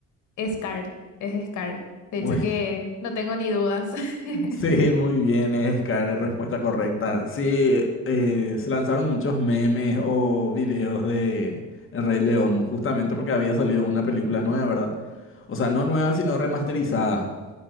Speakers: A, on the left; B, on the left.
A: Scar, es Scar. De
B: Muy,
A: hecho que no tengo ni dudas. <laughs>
B: <laughs> sí, muy bien, Scar, respuesta correcta. Sí, eh, se lanzaron muchos memes o videos de El Rey León, justamente porque había salido una película nueva, ¿verdad? O sea, no nueva, sino remasterizada.